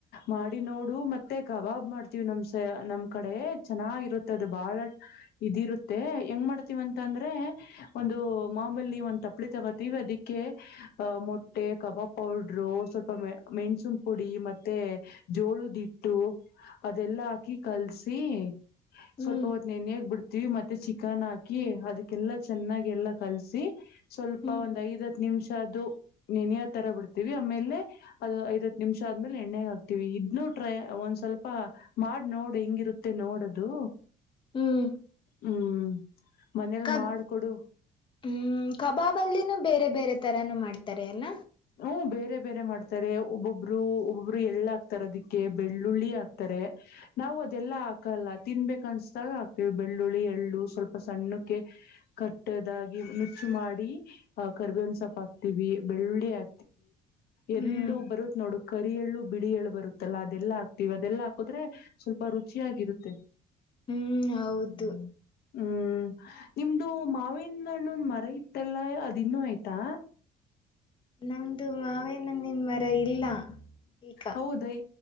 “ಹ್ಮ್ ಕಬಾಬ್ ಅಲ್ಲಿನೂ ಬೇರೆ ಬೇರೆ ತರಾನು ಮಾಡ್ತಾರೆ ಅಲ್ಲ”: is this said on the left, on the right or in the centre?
Left